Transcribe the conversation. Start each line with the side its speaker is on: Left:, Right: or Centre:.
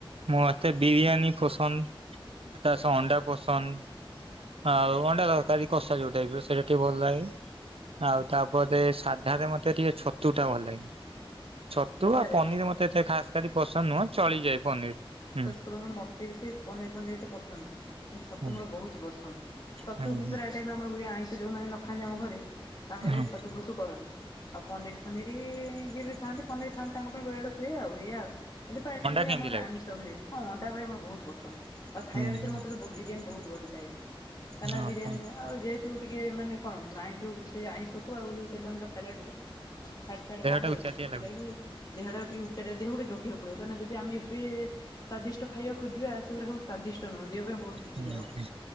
Right: ମତେ ବିରିୟାନୀ ପସନ୍ଦ, ତା ସହ ଅଣ୍ଡା ପସନ୍ଦ। ଆଉ ଅଣ୍ଡା ତରକାରୀ କଷା ଯୋଉଟାଇପର ସେଇଟା ଟିକେ ଭଲ ଲାଗେ। ଆଉ ତାପରେ, ସାଧାରେ ମତେ ଟିକେ ଛତୁଟା ଭଲ ଲାଗେ। ଛତୁ
Left: ସାଧାରେ?
Right: ଆଉ ପନିର ମତେ ଏତେ ଖାସ୍ କରି ପସନ୍ଦ ନୁହଁ ଚଳିଯାଏ ପନିର ହୁଁ।
Left: ହୁଁ ମୋତେ ବି ସେଇ ପନିର ଫନିର ଏତେ ପସନ୍ଦ ନୁହଁ, ଛତୁ
Right: ହୁଁ
Left: ମୋର ବହୁତ ପସନ୍ଦ ଛତୁ
Right: ହୁଁ
Left: ବି
Right: ହୁଁ
Left: ପ୍ରାୟ ଆମର ଆଇଁଷ ଯୋଉମାନେ ନ ଖାନ୍ତି ଆମ ଘରେ ତାଙ୍କ ଲାଗି
Right: ହଁ
Left: ଛତୁ ଫତୁ କରନ୍ତି। ଆଉ ପନିର ଫନିର ଯିଏ ବି ଖାଆନ୍ତି ପନିର ଖାଆନ୍ତି ତାଙ୍କ ପାଇଁ ବେଳେ ବବେଳେଲେ ହୁଏ ଆଉ ଏଇଆ ଆଉ। ଏଥିପାଇଁ
Right: ଅଣ୍ଡା
Left: ଭାଇ
Right: କେମିତି
Left: ଆମଘରେ
Right: ଲାଗେ?
Left: ଆମିଷ ହୁଏ ହଁ ଅଣ୍ଡା ଭାଇ ମୋର ବହୁତ ପସନ୍ଦ। ଆଉ ଖାଇବା
Right: ହୁଁ
Left: ଭିତରେ
Right: ହୁଁ
Left: ମତେ ତ ବିରିୟାନ ବହୁତ ବଢିଆ ଲାଗେ। କାଇକିନା
Right: ଓହୋ
Left: ବିରିୟାନୀ ଆଉ ଯେହେତୁ ଟିକେ ମାନେ କଣ ଆଇଁ ଯେଉଁ ସେ ଆଇଁଷକୁ ଆଉ ଯେଉଁ ତେଲମେଲ ଖାଇଲାଠୁ ଫ୍ୟାଟ ସେଟା
Right: ଦେହଟା
Left: ବାହାରି ଯାଉଛି!
Right: ଉଚାଟିଆ
Left: ସେଥିଲାଗି
Right: ଲାଗୁଛି।
Left: ଦେହଟା ଟିକେ ଉଚ୍ଚା ଦେହ ଗୋଟେ ଜଗିବାକୁ ପଡିବ କାହିଁକିଣା ଯଦି ଆମେ ଏବେ ସ୍ଵାଦିଷ୍ଟ ଖାଇବା ଖୋଜିବା ସେଗୁଡା ସବୁ ସ୍ଵାଦିଷ୍ଟ ନୁହେଁ ଦେହ ପାଇଁ ବହୁତ କ୍ଷତି
Right: ହୁଁ
Left: କାରକ
Right: ହୁଁ